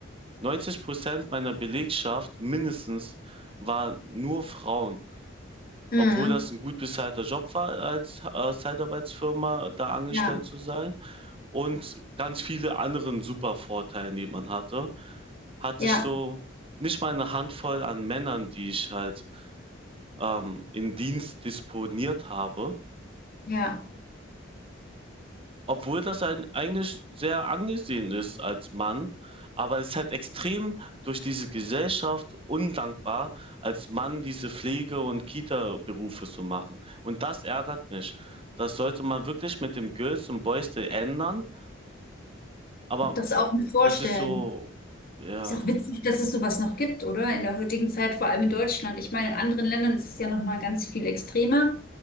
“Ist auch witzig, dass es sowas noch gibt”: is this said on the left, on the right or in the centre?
Left